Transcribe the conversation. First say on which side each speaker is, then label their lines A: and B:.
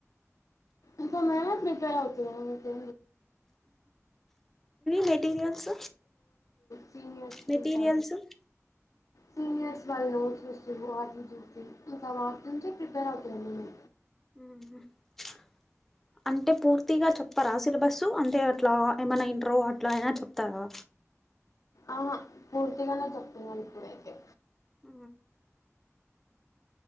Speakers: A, on the left (about 85°); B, in the centre.
A: ఇకా మేమే ప్రిపేర్ అతున్నా తె
B: మెటీరియల్స్
A: సీనియర్ స్కూల్
B: మెటీరియల్స్
A: కా సీనియర్స్ వాళ్ళను చూస్తూ వాటిని చూస్త ఇంకవాటి నుంచి ప్రిపేర్ అవుతున్నాను
B: ఉ <inaudible> అంటే పూర్తిగా చెప్పరా సిలబస్సు అంటే అట్లా ఏమైనా ఇంటర్ అట్లా అయినా చెప్తారా
A: ఆహా పూర్తిగానే చెప్తున్నాను ఇప్పుడయితే
B: ఆ